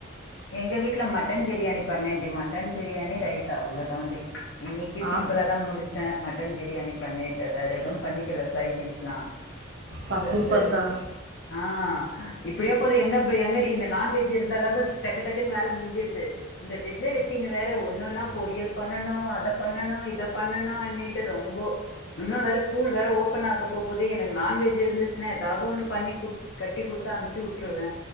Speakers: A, on the left (about 65°); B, on the right (about 55°).
A: எங்க வீட்ல மட்டன் பிரியாணி பண்ணேன்டி மட்டன் பிரியாணி ரைத்தா அவ்ளோதான்டி இன்னைக்கி
B: ஆ
A: சிம்பிளா தா முடிச் சே மட்டன் பிரியாணி பண்ணிட்டு வேற எதுவும் பண்ணிக்கல சைட் டிஷ்லா
B: பா
A: சர்
B: சூப்பர்
A: சரி
B: தான்
A: ஆ இப்படியே போகுது எங்கப்ப எங்கடி இந்த நான்வெஜ் இருந்தாலாவது டக்கு டக்குன்னு வேலை முடிஞ்சிருது இந்த வெஜ்ஜ வெச்சின்னு வேற ஒன்னன்னா பொறியல் பண்ணணு அதை பண்ணணு இத பண்ணணு அண்ணிட்டு ரொம்ப இன்னு வேற ஸ்கூல் வேற ஓப்பன் ஆக போ போப்போது எனக்கு நான்வெஜ் இருந்துச்சுனா எதாவது ஒண்ணு பண்ணி குடு கட்டி குடுத்து அமுச்சு உட்ருவே